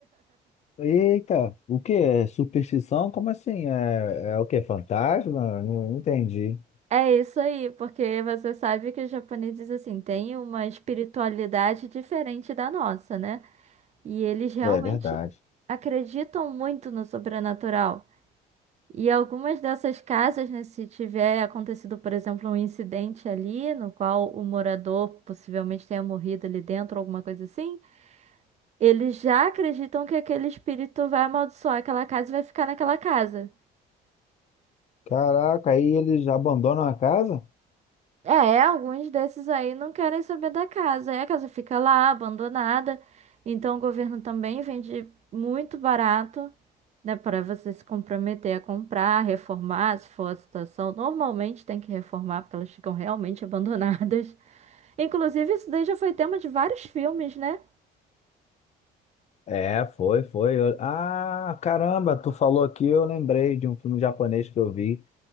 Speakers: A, on the left (about 40°); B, on the right (about 40°).
A: Eita, o que é superstição? Como assim? É, é o que? Fantasma? Não, não entendi.
B: É isso aí, porque você sabe que os japoneses, assim, têm uma espiritualidade diferente da nossa, né? E eles realmente
A: É verdade.
B: acreditam muito no sobrenatural. E algumas dessas casas, né, se tiver acontecido, por exemplo, um incidente ali, no qual o morador possivelmente tenha morrido ali dentro, alguma coisa assim, eles já acreditam que aquele espírito vai amaldiçoar aquela casa e vai ficar naquela casa.
A: Caraca, aí eles abandonam a casa?
B: É, alguns desses aí não querem saber da casa. Aí a casa fica lá, abandonada. Então o governo também vende muito barato, né? Para você se comprometer a comprar, reformar, se for a situação. Normalmente tem que reformar, porque elas ficam realmente abandonadas. <laughs> Inclusive, isso daí já foi tema de vários filmes, né?
A: É, foi, foi. Eu- Ah, caramba, tu falou aqui, eu lembrei de um filme japonês que eu vi,